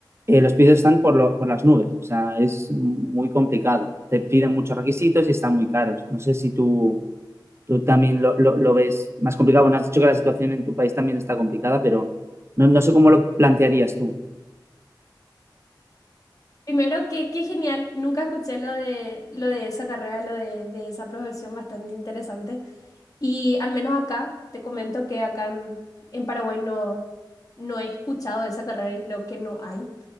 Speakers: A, on the right; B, on the left.
A: eh, los pisos están por, lo- por las nubes. O sea, es muy complicado. Te piden muchos requisitos y están muy caros. No sé si tú, tú también lo, lo- lo ves más complicado. Bueno, has dicho que la situación en tu país también está complicada, pero no, no sé cómo lo plantearías tú.
B: Primero, que qué genial, nunca escuché lo de, lo de esa carrera, lo de, de esa profesión bastante interesante. Y al menos acá, te comento que acá en, en Paraguay no, no he escuchado de esa carrera y creo que no hay.